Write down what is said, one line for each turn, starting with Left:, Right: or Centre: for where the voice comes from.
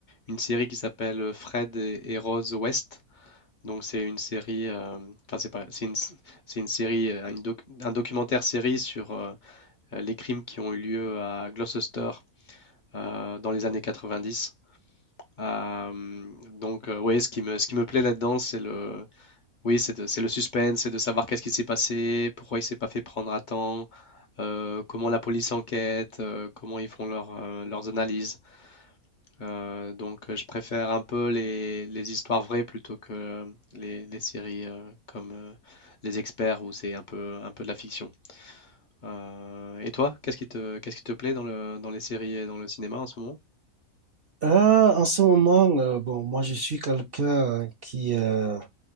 Left: une série qui s'appelle euh, Fred et, et Rose West. Donc, c'est une série, euh, enfin, c'est pas, c'est une, s- c'est une série, euh, une doc- un documentaire série sur euh, les crimes qui ont eu lieu à Gloucester euh, dans les années 90. Euh, donc, euh, ouais, ce qui me, ce qui me plaît là-dedans, c'est le, oui, c'est de- c'est le suspense, c'est de savoir qu'est-ce qui s'est passé, pourquoi il s'est pas fait prendre à temps, euh, comment la police enquête, euh, comment ils font leur, euh, leurs analyses. Euh, donc, euh, je préfère un peu les, les histoires vraies plutôt que euh, les, les séries euh, comme euh, Les Experts où c'est un peu, un peu de la fiction. Euh, et toi, qu'est-ce qui te, qu'est-ce qui te plaît dans le, dans les séries et dans le cinéma en ce moment?
Right: Euh, en ce moment, euh, bon, moi je suis quelqu'un qui euh,